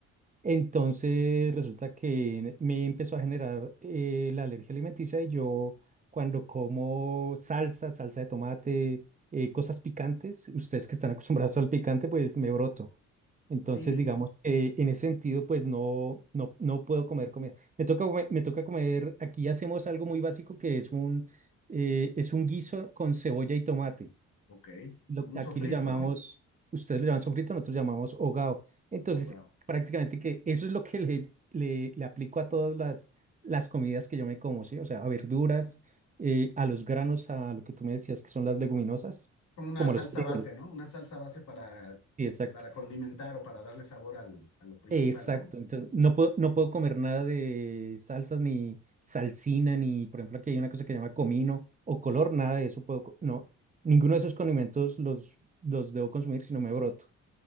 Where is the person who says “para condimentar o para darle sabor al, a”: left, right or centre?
Left